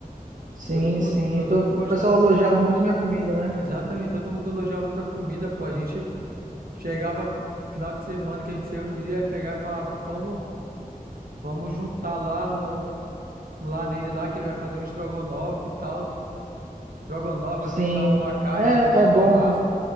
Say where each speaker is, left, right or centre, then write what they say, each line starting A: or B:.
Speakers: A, on the right; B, on the right.
A: Sim,
B: Todo mundo,
A: sim.
B: todo
A: Então,
B: mundo
A: o
B: gostava,
A: pessoal elogiava muito minha comida, né?
B: exatamente, todo mundo elogiava tua comida, pô. A gente chegava final de semana que a gente se reunia e pegava e falava, vamos, vamos juntar lá no, lá nele lá que ele vai fazer um estrogonofe e tal. Estrogonofe,
A: Sim.
B: vai fritar uma carne,
A: É,
B: vai fazer um
A: é
B: churrasco.
A: bom